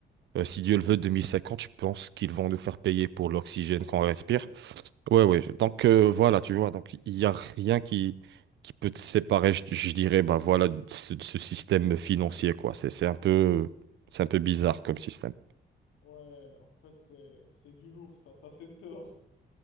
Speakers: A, on the right; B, on the left.
A: euh, si Dieu le veut, 2050, je pense qu'ils vont nous faire payer pour l'oxygène
B: mon
A: qu'on
B: oxygène.
A: respire. Ouais, ouais. Donc euh, voilà, tu vois, donc il y a rien qui qui peut te séparer, je, je dirais, bah voilà, de ce, de ce système financier, quoi. C'est c'est un peu, c'est un peu bizarre comme système.
B: Ouais, en fait, c'est, c'est du lourd, ça. Ça fait peur.